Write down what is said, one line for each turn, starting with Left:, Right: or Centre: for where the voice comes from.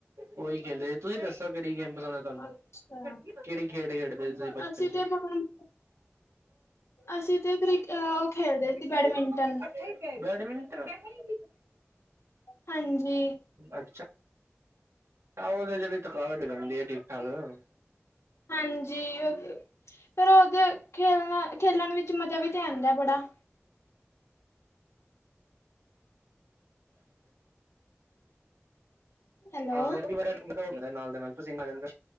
Right: ਉਹੀ ਕਹਿੰਦੇ ਤੁਸੀਂ ਦੱਸੋ ਕਿਹੜੀ ਗੇਮ ਪਸੰਦ ਹੈ ਤੁਹਾਨੂੰ?
Left: ਅੱਛਾ
Right: ਕਿਹੜੀ ਖੇਡ ਖੇਡਦੇ ਤੁਸੀ ਬਚਪਨ
Left: ਅਸੀਂ
Right: ਚ?
Left: ਤੇ ਪਕੜਮ ਅਸੀਂ ਤੇ ਕ੍ਰਿ ਉਹ ਖੇਲਦੇ
Right: ਠੀਕ
Left: ਸੀ ਬੈਡਮਿੰਟਨ
Right: ਬੈਡਮਟ। <inaudible> ਕੈਹੇੇ ਵੀੈ।
Left: ਹਾਂਜੀ।
Right: ਅੱਛਾ ਉਹਦੇ ਚ ਵੀ ਥਕਾਵਟ ਹੀ ਹੋ ਜਾਂਦੀ ਹੈ ਠੀਕ ਠਾਕ ਨਾ।
Left: ਹਾਂਜੀ। ਫਿਰ ਉਹਦੇ ਖੇਲਣ ਖੇਲਣ ਵਿੱਚ ਮਜ਼ਾ ਵੀ ਤੇ ਆਉਂਦਾ ਬੜਾ।
Right: ਹ।
Left: ਹੈਲੋ
Right: ਹਾਂ ਫਿਰ ਬੜਾ ਨਾਲ ਦੇ ਨਾਲ ਪਸੀਨਾ ਆ ਜਾਂਦਾ।